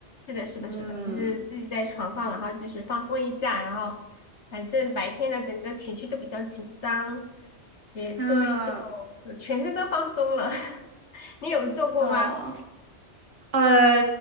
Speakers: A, on the left; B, on the right.
A: 是的，是的，
B: 嗯，
A: 是的，就是自己在床上，然后就是放松一下，然后反正白天的整个情绪都比较紧张，也做一做，
B: 啊，
A: 就全身都放松了。<laughs> 你有做过吗？
B: 哦，呃，